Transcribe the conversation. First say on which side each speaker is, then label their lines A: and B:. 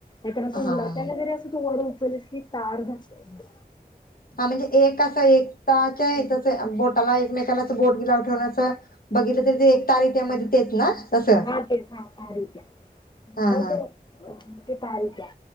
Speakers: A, on the left; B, on the left.
A: नाय तर असं
B: हा
A: <unintelligible> जरी तु उचल की, तार धरतंय
B: हां, म्हणजे एक असा, एकताच्या <unintelligible>
A: हम्म.
B: त बोटाला एकमेकालाच बोट गि लाव ठेवण्याचं बघितलं, तरी ते एक तार येत्या, मध्ये तेच ना? तसं
A: हां, ते हां तार येत्या,
B: हा
A: मग
B: हा
A: ते तार येत्या.